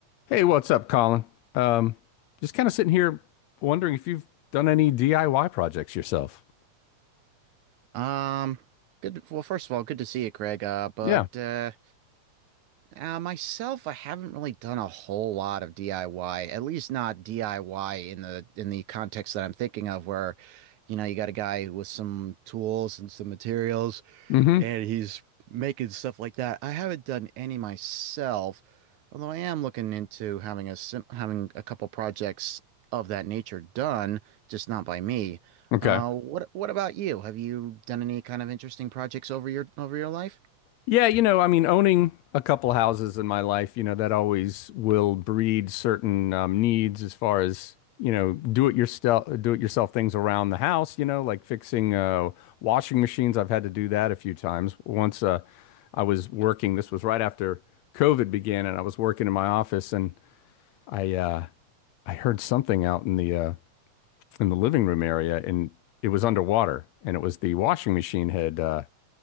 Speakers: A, on the left (about 75°); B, on the right (about 75°).
A: Hey, what's up, Colin? Um, just kind of sitting here wondering if you've done any DIY projects yourself.
B: Um, good. Well, first of all, good to see you, Craig. Uh, but
A: Yeah.
B: uh, uh, myself, I haven't really done a whole lot of DIY. At least not DIY in the in the context that I'm thinking of, where, you know, you got a guy with some tools and some materials,
A: Mm-hmm.
B: and he's making stuff like that. I haven't done any myself, although I am looking into having a sim having a couple projects of that nature done, just not by me.
A: Okay.
B: Uh, what what about you? Have you done any kind of interesting projects over your over your life?
A: Yeah, you know, I mean, owning a couple houses in my life, you know, that always will breed certain um, needs as far as, you know, do it yourself, do it yourself things around the house, you know, like fixing uh, washing machines. I've had to do that a few times. Once uh, I was working, this was right after COVID began, and I was working in my office and I, uh, I heard something out in the uh, in the living room area, and it was underwater, and it was the washing machine had uh,